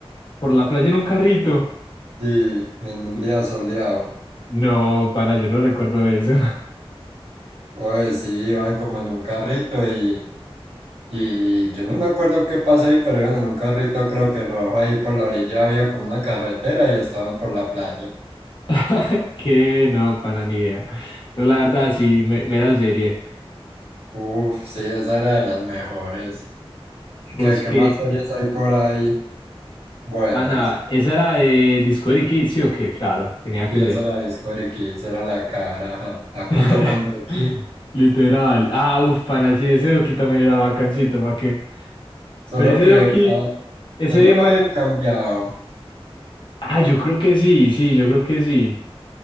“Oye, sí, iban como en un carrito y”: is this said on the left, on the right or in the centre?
Right